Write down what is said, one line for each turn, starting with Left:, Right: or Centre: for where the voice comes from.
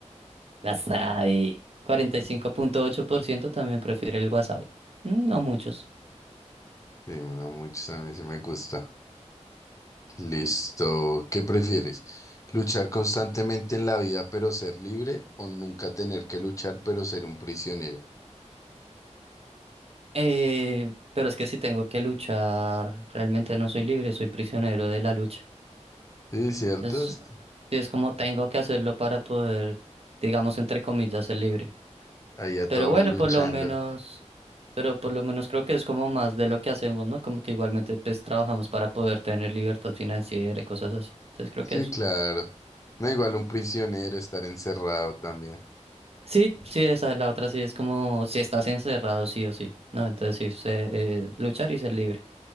Right: Wasabi. Cuarenta y cinco punto ocho por ciento también prefiere el wasabi. Mm, No muchos.
Left: Sí, una mucho también sí me gusta. Listo. ¿Qué prefieres? ¿Luchar constantemente en la vida pero ser libre o nunca tener que luchar pero ser un prisionero?
Right: Eh, pero es que si tengo que luchar, realmente no soy libre, soy prisionero de la lucha.
Left: Sí, cierto.
Right: Es,
Left: Est-
Right: sí, es como tengo que hacerlo para poder, digamos, entre comillas, ser libre.
Left: Ahí a toda
Right: Pero
Left: hora
Right: bueno,
Left: luchando.
Right: por lo menos, pero por lo menos creo que es como más de lo que hacemos, ¿no? Como que igualmente pues trabajamos para poder tener libertad financiera y cosas así. Entonces creo
Left: Sí,
Right: que eso.
Left: claro. No igual un prisionero estar encerrado también.
Right: Sí, sí, esa es la otra, sí, es como si estás encerrado, sí o sí, ¿no? Entonces sí, sé, eh, luchar y ser libre.